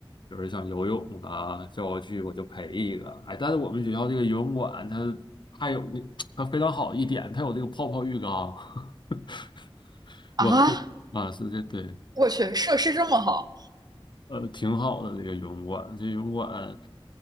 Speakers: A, on the left; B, on the right.
A: 有人想游泳啊，叫我去我就陪一个。哎，但是我们学校这个游泳馆它还有那它非常好一点，它有这个泡泡浴缸。<laughs> 我可以啊，
B: 啊，
A: 是这对。
B: 我去，设施这么好，
A: 呃，挺好的这个游泳馆，这游泳馆，